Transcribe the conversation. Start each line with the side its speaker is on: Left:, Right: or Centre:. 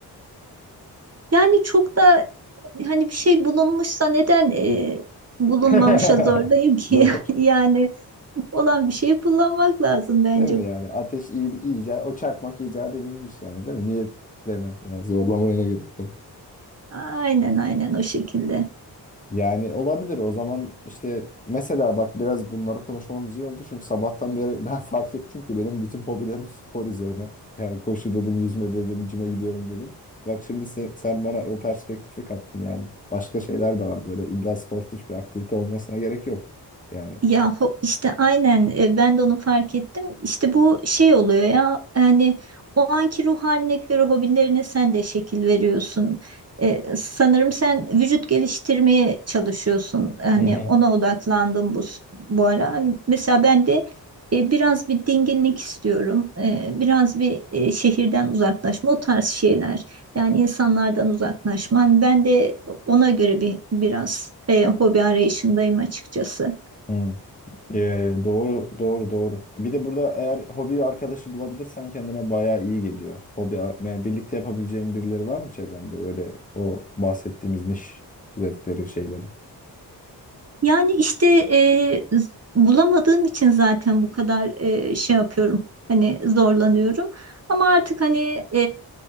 Right: Yani çok da hani bir şey bulunmuşsa neden e, bulunmamışa
Left: <laughs>
Right: zorlayayım ki?
Left: Doğru.
Right: <laughs> Yani olan bir şeyi kullanmak lazım bence.
Left: Değil mi yani? Ateş iyi, iyice o çakmak icat edilmiş yani değil mi? Niye değil mi? Yani zorlamaya ne gerek?
Right: Aynen aynen o şekilde.
Left: Yani olabilir o zaman işte mesela bak biraz bunları konuşmamız iyi oldu. Çünkü sabahtan beri <laughs> ben fark ettim ki benim bütün hobilerim spor üzerine. Yani koşu dedim, yüzme dedim, cime gidiyorum dedim. Bak şimdi sen, sen bana o perspektifi kattın yani. Başka şeyler de var böyle illa sportif bir aktivite olmasına gerek yok. Yani.
Right: Ya ho- işte aynen e, ben de onu fark ettim. İşte bu şey oluyor ya yani o anki ruh haline göre hobilerine sen de şekil veriyorsun. E, sanırım sen vücut geliştirmeye çalışıyorsun. Hani
Left: Hı hı.
Right: ona odaklandım bu s- bu ara. Mesela ben de e, biraz bir dinginlik istiyorum. E, biraz bir e, şehirden uzaklaşma, o tarz şeyler. Yani insanlardan uzaklaşma. Hani ben de ona göre bir biraz e, hobi arayışındayım açıkçası.
Left: Hı. Ee, doğru doğru doğru. Bir de burada eğer hobi arkadaşı bulabilirsen kendine bayağı iyi geliyor. Hobi yani birlikte yapabileceğin birileri var mı çevrende? Böyle o bahsettiğimiz niş zevkleri şeyleri.
Right: Yani işte e, z- bulamadığım için zaten bu kadar e, şey yapıyorum. Hani zorlanıyorum. Ama artık hani